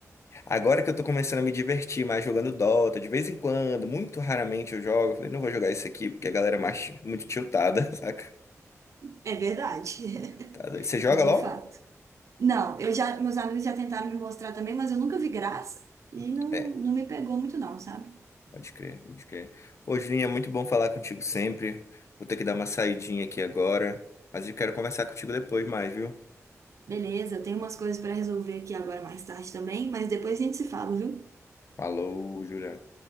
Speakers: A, on the left (about 55°); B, on the right (about 65°).
A: Agora que eu tô começando a me divertir mais jogando Dota, de vez em quando, muito raramente eu jogo, eu falei, não vou jogar isso aqui porque a galera é mais muito tiltada, <laughs> saca?
B: É verdade. <laughs>
A: Tá doido. Você joga
B: De
A: LOL?
B: fato. Não, eu já, meus amigos já tentaram me mostrar também, mas eu nunca vi graça e não,
A: É.
B: não me pegou muito não, sabe?
A: Pode crer, pode crer. Pô, Julinho, é muito bom falar contigo sempre. Vou ter que dar uma saidinha aqui agora, mas eu quero conversar contigo depois mais, viu?
B: Beleza, eu tenho umas coisas para resolver aqui agora mais tarde também, mas depois a gente se fala, viu?
A: Falou, Juliano.